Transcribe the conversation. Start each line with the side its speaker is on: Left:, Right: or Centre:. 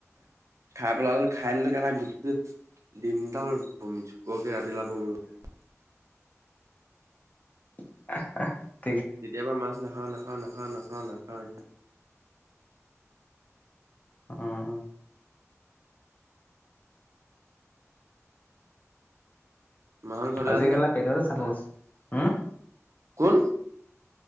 Right: খাই পেলালোঁ, খাই দিলোঁ কেলা, গোটেই দিন দাল বমি চুকুৱকে <unintelligible>
Left: <inaudible>
Right: কেতিয়াবা মাছ নাখাওঁ নাখাওঁ নাখাওঁ নাখাওঁ নাখাওঁ
Left: অহ।
Right: মাহঁত ঘৰতে
Left: আজি
Right: আছে
Left: কেলা
Right: নে
Left: পেটৰো চাবচ, হম?
Right: কোন?